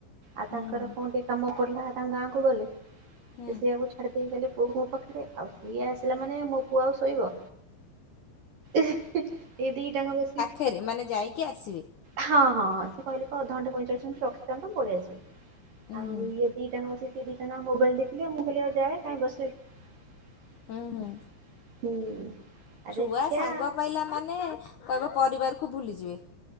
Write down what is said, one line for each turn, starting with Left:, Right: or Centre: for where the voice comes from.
Right: ଆଉ ତାଙ୍କର
Left: ହୁଁ
Right: କୋଉଠି କାମ ପଡିଲା ତାଙ୍କ ଗାଁ କୁ ଗଲେ
Left: ହୁଁ
Right: ଏ ସେଆ କୁ ସେ ଦେଇଗଲେ ପୁଅକୁ ମୋ ପାଖରେ ଆଉ ସିଏ ଆସିଲା ମାନେ ମୋ ପୁଅ ଆଉ ଶୋଇବ। ଏ ଦିଟାଙ୍କ ବସିକି
Left: ଫେରେ ମାନେ ଯାଇକି ଆସିବେ।
Right: ହଁ ହଁ ସେ କହିଲେ କ ଅଧଘଣ୍ଟେ ପଇଁଚାଳିଶ ମିନିଟ୍ ରଖିଥାନ୍ତ ପଳେ ଆସିବ
Left: ହୁଁ
Right: ଆଉ
Left: ହୁଁ
Right: ଇଏ ଦିଟାଙ୍କ ସେ ଦିଜଣ ମୋବାଇଲ ଦେଖିଲେ ମୁଁ କହିଲି ଆଉ ଯାଏ କାଇ ବସିବି।
Left: ହୁଁ ହୁଁ
Right: ହୁଁ। ଆ
Left: ଛୁଆ
Right: ଦେଖିଆ
Left: ସାଙ୍ଗ ପାଇଲା ମାନେ କହିବ ପରିବାରକୁ ଭୁଲିଯିବେ।